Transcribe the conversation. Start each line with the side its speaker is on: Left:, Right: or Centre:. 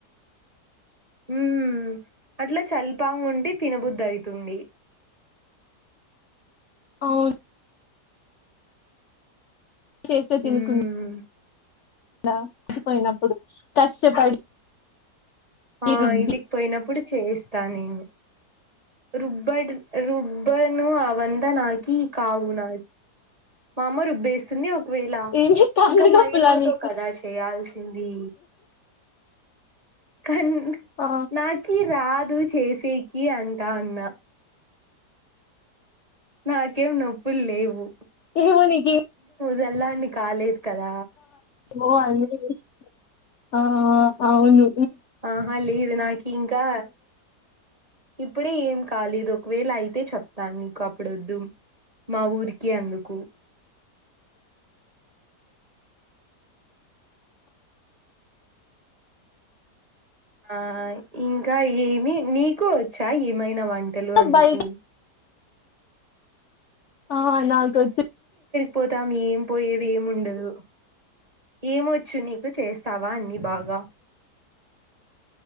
Right: ఉమ్ అట్ల చల్పాంగుంటె తినబుద్దైతుంది.
Left: ఔన్ చేచ్చె తిన్కున్
Right: మ్మ్
Left: ధా <unintelligible> పోయినప్పుడు. కష్టపడి.
Right: ఆ
Left: రుబ్బి
Right: ఇంటికి పోయినప్పుడు. చేస్తా నేను, రుబ్బడర్ రుబ్బను అవ. వందనాకీ కావునా. మామ్మా, రుబ్బేస్తుంది ఒక. ఒకవేళ,
Left: ఏమి కాళ్ళ
Right: ఇంకా మైదా
Left: నొప్పులని
Right: తో కదా చేయాల్సి. హిందీ. కన్,
Left: ఆ
Right: నాకి రాదు. చేసేకి, అంటా అన్న. నాకేం నోపుల లేవు.
Left: ఏమౌనికి.
Right: వెళ్లనికి కాలేదు. కదా.
Left: ఒ అ ఇ ఈ ఆ అవును.
Right: ఆహా, లేదు నాక. ఇంకా. ఇప్పుడే ఏం కాలేదు, ఒకవేళ అయితే చెప్తాను నీకు. అప్పుడు వోద్దు మా ఊరికి అందుకు. ఆ ఇంకా, ఏమి. నీకు వచ్చా ఏమైనా వంట? తెల్వెందుకు.
Left: బయట ఆ నాకొచ్చు.
Right: పోతాము మేమ్, పోయేది ఏమి ఉండదు. ఏమొచ్చు నీకు చేస్. తవా ఆన్ని బాగా?